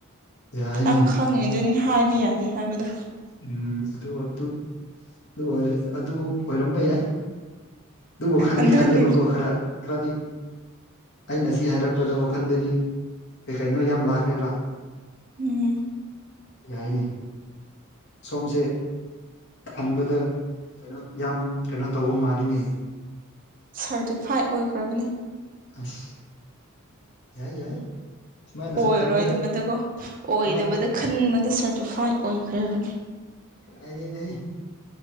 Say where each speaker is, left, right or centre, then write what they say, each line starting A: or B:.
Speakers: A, on the left (about 55°); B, on the right (about 40°).
A: ꯌꯥꯏꯅꯦ
B: ꯅꯪ ꯈꯪꯉꯤꯗꯨꯅꯤ ꯍꯥꯏꯕ ꯌꯥꯗꯦ ꯍꯥꯏꯕꯗꯨ
A: ꯎꯝ ꯑꯗꯣꯗꯨ ꯑꯗꯨꯑꯣꯏꯔꯥ ꯑꯣ ꯑꯗꯨ ꯑꯣꯏꯔꯝꯕ ꯌꯥꯏ ꯑꯗꯨꯕꯨ ꯈꯟꯗꯤ
B: ꯑꯗꯨꯅꯦꯕ
A: ꯈꯜꯂꯦꯕꯀꯣ ꯈꯔ ꯈꯔꯗꯤ ꯑꯩꯅ ꯁꯤ ꯍꯥꯏꯔꯛꯗꯣ ꯋꯥꯈꯟꯗꯗꯤ ꯀꯩꯀꯩꯅꯣ ꯌꯥꯝ ꯂꯥꯛꯈ꯭ꯔꯦꯕ
B: ꯎꯝ
A: ꯌꯥꯏꯅꯦ ꯁꯣꯝꯁꯦ ꯍꯟꯕꯗ ꯀꯩꯅꯣ ꯌꯥꯝ ꯀꯩꯅꯣ ꯇꯧꯕ ꯃꯥꯜꯂꯤꯅꯦ
B: ꯁꯥꯔꯇꯤꯐꯥꯏ ꯑꯣꯏꯈ꯭ꯔꯕꯅꯤ
A: ꯑꯁ ꯌꯥꯏ ꯌꯥꯏ ꯁꯨꯃꯥꯏꯅꯁꯨ
B: ꯑꯣꯏꯔꯣꯏꯗꯕꯗꯀꯣ
A: ꯈꯟꯒꯗꯕ
B: ꯑꯣꯏꯗꯕꯗ
A: ꯁꯨꯃꯥꯏ
B: ꯈꯟꯕꯗ ꯁꯥꯔꯇꯤꯐꯥꯏꯠ ꯑꯣꯏꯈ꯭ꯔꯕꯅꯤ
A: ꯀꯥꯏꯗꯩꯅꯣꯍꯦ